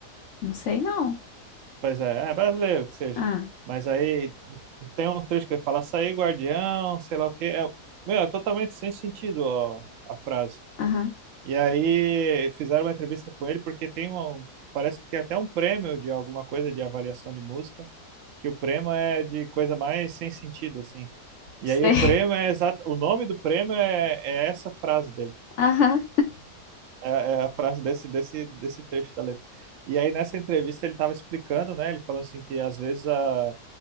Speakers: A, on the left; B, on the right.
A: Não sei não.
B: Pois é, é brasileiro que seja.
A: Ah,
B: Mas aí tem um trecho que fala açaí guardião, sei lá o quê. É, meu, é totalmente sem sentido ó, a frase.
A: aham,
B: E aí fizeram uma entrevista com ele porque tem um, parece que tem até um prêmio de alguma coisa de avaliação de música, que o prêmio é de coisa mais sem sentido, assim. E
A: sei.
B: aí o prêmio
A: <laughs>
B: é exato, o nome do prêmio é é essa frase dele.
A: Aham,
B: É, é a frase desse, desse, desse trecho da letra. E aí, nessa entrevista, ele estava explicando, né? Ele falando assim que às vezes a,